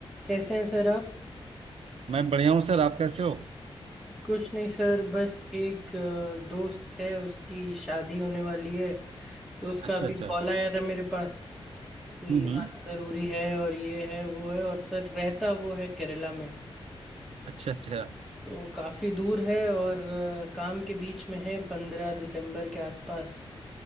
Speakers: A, in the centre; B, on the right.
A: कैसे हैं सर आप
B: मैं बढ़िया हूँ सर आप कैसे हो
A: कुछ नहीं सर बस एक अ, दोस्त है उसकी शादी होने वाली है तो उसका
B: अच्छा
A: अभी
B: अच्छा
A: कॉल आया था मेरे पास कि
B: हम्म हम्म
A: आना ज़रूरी है और ये है वो है और सर रहता वो है केरला में
B: अच्छा अच्छा
A: तो काफ़ी दूर है और अ, काम के बीच में है पंद्रह दिसंबर के आसपास